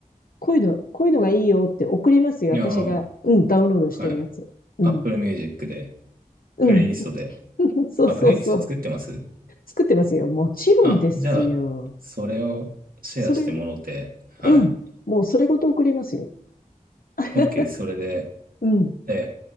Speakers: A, on the left; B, on the right.
A: こういうの、こういうのがいいよって送りますよ。
B: うん。
A: 私が、
B: あ
A: うん、ダウンロードしてるやつ。
B: あ、はい。
A: うん。
B: Apple Music で、
A: うん。
B: プレイリストで。
A: <laughs> そうそうそう。
B: あ、プレイリスト作ってます
A: 作ってますよ。もちろんですよ。
B: あ、じゃあ、それをシェアしてもろて、
A: それ、
B: はい。
A: うん。もうそれごと送りますよ。<laughs>
B: OK、それで、
A: うん。
B: え、